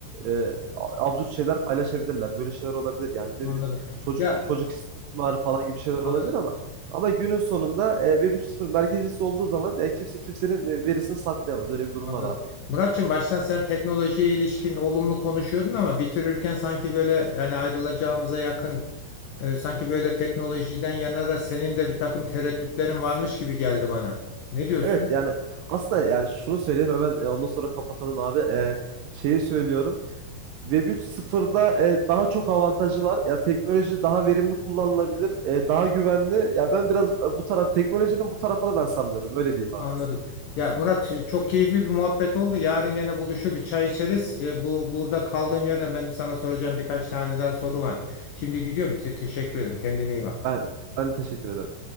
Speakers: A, on the right (about 70°); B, on the left (about 60°).
A: e, a- absürt şeyler paylaşabilirler. Böyle şeyler olabilir yani ne
B: Anladım.
A: bileyim çocuk
B: Ya
A: çocuk istismarı falan gibi şeyler
B: an-
A: olabilir ama ama günün sonunda e, Web 3.0 merkezcisi olduğu zaman e, kimse kimsenin e, verisini saklayamaz. Öyle bir durum
B: anladım.
A: var abi.
B: Muratçım baştan sen teknolojiye ilişkin olumlu konuşuyordun ama bitirirken sanki böyle yani ayrılacağımıza yakın e, sanki böyle teknolojiden yana da senin de bir takım tereddütlerin varmış gibi geldi bana. Ne diyorsun?
A: Evet yani aslında yani şunu söyleyeyim hemen e, ondan sonra kapatalım abi. E, şeyi söylüyorum. Web 3.0'da e, daha çok avantajı var. Ya teknoloji daha verimli kullanılabilir, e, daha güvenli. Ya ben biraz e, bu taraf teknolojinin bu tarafına ben sanmıyorum. Öyle diyeyim abi
B: Anladım.
A: ben sana.
B: Ya Murat e, çok keyifli bir muhabbet oldu. Yarın gene buluşup bir çay içeriz. E, Bu burada kaldığım yerden benim sana soracağım birkaç tane daha soru var. Şimdi gidiyorum. Te- teşekkür ederim. Kendine iyi bak.
A: Ben ben teşekkür ederim.